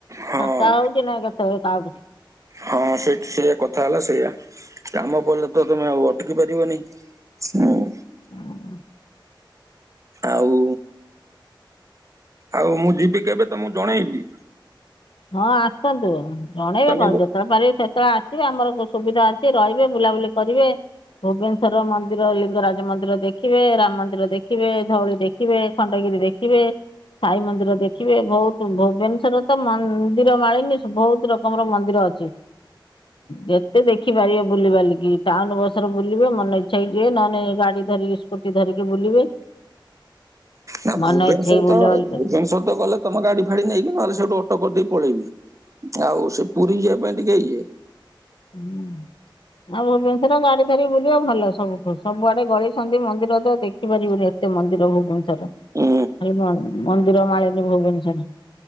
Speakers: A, on the right; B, on the left.
A: ହଁ
B: ଫାଙ୍କା ହଉଛି ନା କେତେ ତର ତାଗୁ <unintelligible>
A: ହଁ ସେକ ସେଇଆ କଥା ହେଲା ସେଇଆ। କାମ ପଡ଼ିଲେ ତମେ ଟେକି ପାରିବନି ହୁଁ।
B: ହୁଁ <inaudible>
A: ଆଉ ଆଉ ମୁଁ ଯିବି କେବେ ତମକୁ ଜଣେଇବି?
B: ହଁ ଆସନ୍ତୁ। ଜଣେଇବେ
A: ତମେ
B: କଣ ଯେତେବେଳେ ପାରିବ ସେତେବେଳେ ଆସିବେ ଆମର ସୁବିଧା ଅଛି ରହିବେ। ବୁଲାବୁଲି କରିବେ ଭୁବନେଶ୍ୱର ମନ୍ଦିର ଲିଙ୍ଗରାଜ ମନ୍ଦିର ଦେଖିବେ ।ରାମ ମନ୍ଦିର ଦେଖିବେ ଧଉଳି ଦେଖିବେ ଖଣ୍ଡଗିରି ଦେଖିବେ। ସାଇ ମନ୍ଦିର ଦେଖିବେ। ବହୁତ ଭୁବନେଶ୍ଵର ତ ମନ୍ଦିର ମାଳିନୀ ବହୁତ ରକମର ମନ୍ଦିର ଅଛି। ଯେତେ ଦେଖିପାରିବେ ବୁଲିବାଲିକି ଟାଉନ ବସରେ ବୁଲିବେ ମନ ଇଛା ହେଇ ଜିଏ ନେଲେ ଗାଡି ଧରିକି ସ୍କୁଟି ଧରିକି ବୁଲିବେ।
A: ନା
B: ମନ
A: ଭୁବନେଶ୍ଵର
B: ଇଚ୍ଛା ହେଇକି ବୁଲାବୁଲି
A: ତ ଭୁବନେଶ୍ୱର
B: କରିବେ
A: ତ ଗଲେ ତମ ଗାଡି ଫାଡି ନେଇକି ନହେଲେ ସେଇଠୁ କଟକ ଦେଇ ପଳେଇବି। ଆଉ ସେ ପୁରୀ ଯିବା ପାଇଁ ପାଇଁ ଟିକେ ଇଏ
B: ହୁଁ ଆଉ ଭୁବନେଶ୍ଵର ଗାଡି ଧରିକି ବୁଲିବା ଭଲ ସବୁ ସବୁଆଡେ ଗଳି ସଛନ୍ତି ମନ୍ଦିର ତ ଦେଖିପାରିବୁନି ଏତେ ମନ୍ଦିର ଭୁବନେଶ୍ୱର ଖା
A: ହୁଁ
B: ମନ୍ଦିର ମାଳିନି ଭୁବନେଶ୍ଵର